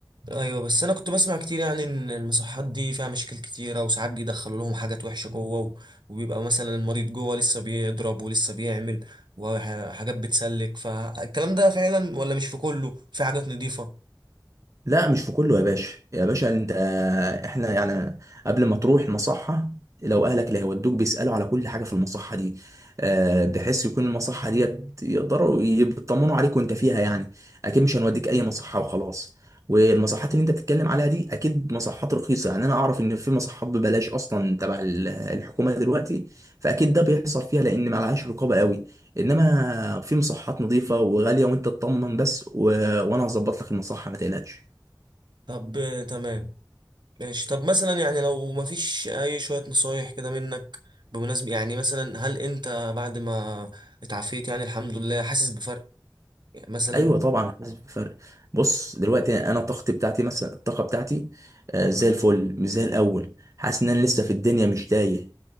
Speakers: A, on the right; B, on the right.
A: ايوه بس انا كنت بسمع كتير يعني ان المصحات دي فيها مشاكل كتيره وساعات بيدخلوا لهم حاجات وحشه جوه و- وبيبقى مثلا المريض جوه لسه بيضرب ولسه بيعمل وحاجات بتسلك فالكلام ده فعلا ولا مش في كله في حاجات نظيفه
B: لا مش في كله يا باشا يا باشا انت احنا يعني قبل ما تروح المصحة لو اهلك اللي هيودوك بيسألوا على كل حاجة في المصحة دي آه، بحيث يكون المصحة ديت يقدروا يطمنوا عليك وانت فيها يعني اكيد مش هنوديك اي مصحة وخلاص والمصحات اللي انت بتتكلم عليها دي اكيد مصحات رخيصة يعني انا اعرف ان في مصحات ببلاش اصلا تبع ال- الحكومة دلوقتي فاكيد ده بيحصل فيها لان معلهاش رقابة قوي انما في مصحات نظيفة وغالية وانت تطمن بس و... وانا هظبط لك المصحة ما تقلقش
A: طب آه، تمام ماشي طب مثلا يعني لو ما فيش اي شويه نصايح كده منك بمناسبه يعني مثلا هل انت بعد ما اتعافيت يعني الحمد لله حاسس بفرق يعني مثلا
B: ايوه طبعا حاسس بفرق بص دلوقتي انا الطاقه بتاعتي مثلا الطاقه بتاعتي آه، زي الفل مش زي الاول حاسس ان انا لسه في الدنيا مش تايه